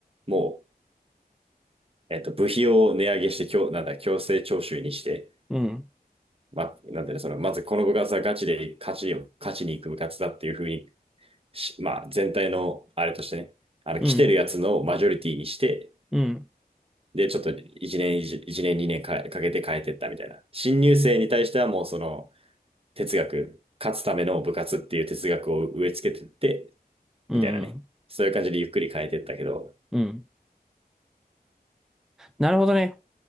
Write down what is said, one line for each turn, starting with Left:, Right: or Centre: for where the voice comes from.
Right: もう、えっと、部費を値上げして、強、なんだ、強制徴収にして、
Centre: うん、
Right: まあ、なんだね、その、まずこの部活はガチで勝ちを、勝ちに行く部活だっていうふうにし、まあ、全体の、あれとしてね、あの、
Centre: うん、
Right: 来てるやつのマジョリティにして、
Centre: うん、
Right: で、ちょっと1年、1年、2年か、かけて変えてったみたいな。新入生に対してはもうその、哲学、勝つための部活っていう哲学を植え付けてって、
Centre: うん。
Right: みたいなね。そういう感じでゆっくり変えてったけど、
Centre: うんなるほどね。